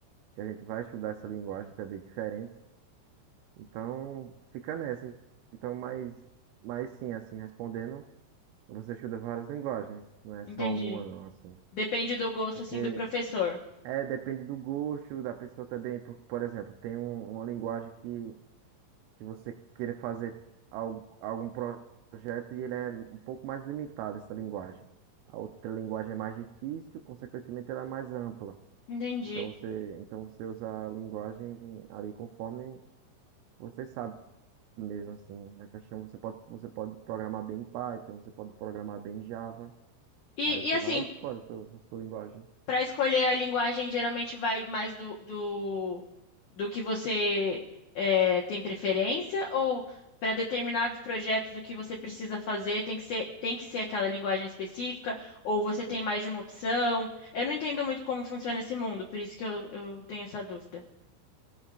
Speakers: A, on the right (about 80°); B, on the left (about 80°).
A: que a gente vai estudar essa linguagem também diferente. Então fica nessa. Então, mas, mas sim, assim, respondendo, você estuda várias linguagens, não é
B: Entendi.
A: só uma, não, assim.
B: Depende do gosto,
A: Porque
B: assim, do professor.
A: é, depende do gosto da pessoa também. Por, por exemplo, tem um- uma linguagem que que você querer fazer al- algum projeto e ele é um pouco mais limitado, essa linguagem. A outra linguagem é mais difícil, consequentemente ela é mais ampla.
B: Entendi.
A: Então você, então você usa a linguagem ali conforme você sabe mesmo assim. A questão você pode, você pode programar bem em Python, você pode programar bem em Java.
B: E,
A: Aí você
B: e assim,
A: vai e escolhe a sua, a sua linguagem.
B: para escolher a linguagem, geralmente vai mais do, do, do que você eh, tem preferência? Ou para determinados projetos, o que você precisa fazer tem que ser, tem que ser aquela linguagem específica? Ou você tem mais de uma opção? Eu não entendo muito como funciona esse mundo, por isso que eu, eu tenho essa dúvida.